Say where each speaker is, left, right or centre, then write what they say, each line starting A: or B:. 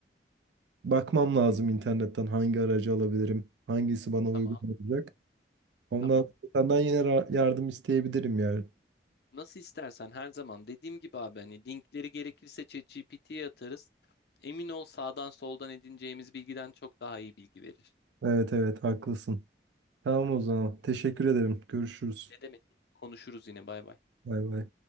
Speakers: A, on the right (about 80°); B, on the left (about 65°).
A: bakmam lazım internetten hangi aracı alabilirim, hangisi bana uygun
B: Tamam,
A: olacak. Ondan
B: tamam.
A: senden yine ra- yardım isteyebilirim yani.
B: Nasıl istersen her zaman dediğim gibi abi hani linkleri gerekirse ChatGPT'ye atarız. Emin ol sağdan soldan edineceğimiz bilgiden çok daha iyi bilgi verir.
A: Evet evet haklısın. Tamam o zaman. Teşekkür ederim. Görüşürüz.
B: Ne demek? Konuşuruz yine bay bay.
A: Bay bay.